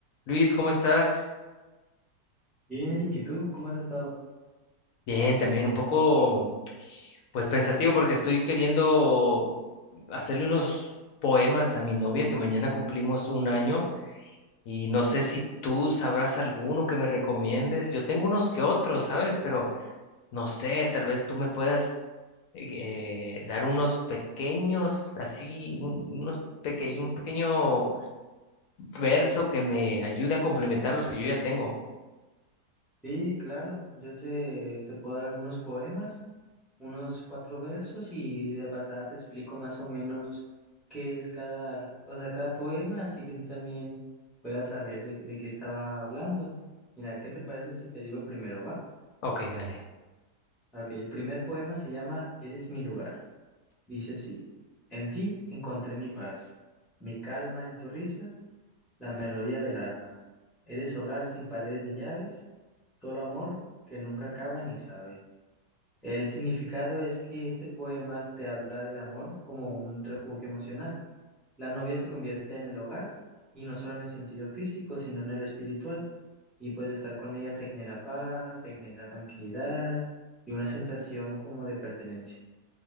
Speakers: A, on the left (about 70°); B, in the centre.
A: Luis, ¿cómo estás?
B: Bien, Eric, ¿y tú cómo has estado?
A: Bien, también un poco, pues pensativo porque estoy queriendo hacerle unos poemas a mi novia que mañana cumplimos un año y no sé si tú sabrás alguno que me recomiendes. Yo tengo unos que otros, ¿sabes? Pero no sé, tal vez tú me puedas eh, dar unos pequeños, así, un- unos pequeño, un pequeño verso que me ayude a complementar los que yo ya tengo.
B: Sí, claro, yo te, te puedo dar algunos poemas, unos cuatro versos y de pasada te explico más o menos qué es cada, o sea, cada poema, así que tú también puedas saber de, de qué estaba hablando. Mira, ¿qué te parece si te digo el primero, va?
A: Ok, dale.
B: Ok, el primer poema se llama Eres mi lugar. Dice así, en ti encontré mi paz, mi calma en tu risa la melodía del alma. Eres hogar sin paredes ni llaves, solo amor que nunca acaba ni sabe. El significado es que este poema te habla del amor como un refugio emocional. La novia se convierte en el hogar y no solo en el sentido físico, sino en el espiritual. Y pues estar con ella te genera paz, te genera tranquilidad y una sensación como de pertenencia.